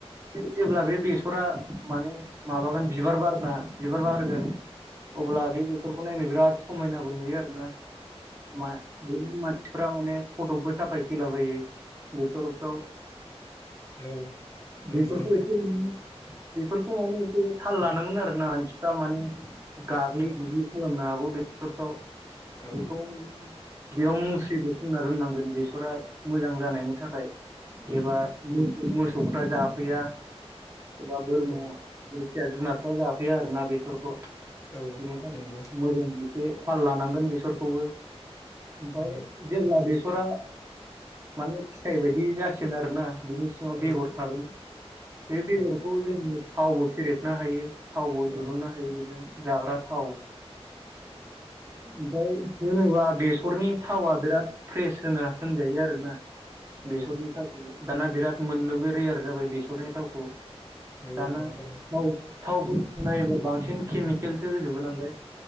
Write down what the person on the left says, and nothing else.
औ नंगौ
नोंथां
उम
औ
उम
औ
औ
नंगौ
उम
औ
औ
उम
औ
औ
नंगौ
नोंथां